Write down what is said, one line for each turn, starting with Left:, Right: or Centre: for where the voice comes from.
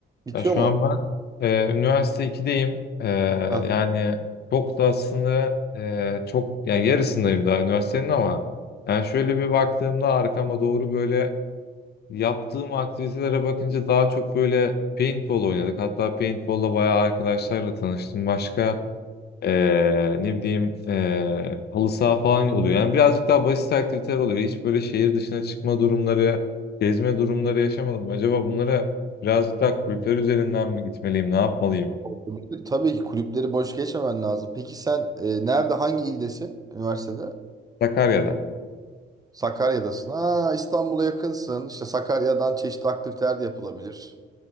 Right: Bitiyor
Left: Ya şu
Right: mu?
Left: an ben e, üniversite ikideyim E,
Right: Ha,
Left: yani çok da aslında e, çok yani yarısındayım daha üniversitenin ama yani şöyle bir baktığımda arkama doğru böyle yaptığım aktivitelere bakınca daha çok böyle paintball oynadık. Hatta paintball'la bayağı arkadaşlarla tanıştım. Başka eee, ne bileyim eee halı saha falan oluyor. Yani birazcık daha basit aktiviteler oluyor. Hiç böyle şehir dışına çıkma durumları, gezme durumları yaşamadım. Acaba bunlara birazcık daha kulüpler üzerinden mi gitmeliyim, ne yapmalıyım?
Right: tabii tabii ki kulüpleri boş geçmemen lazım. Peki sen e, nerede, hangi ildesin üniversitede?
Left: Sakarya'da.
Right: Sakarya'dasın. Ha, İstanbul'a yakınsın. İşte Sakarya'dan çeşitli aktiviteler de yapılabilir.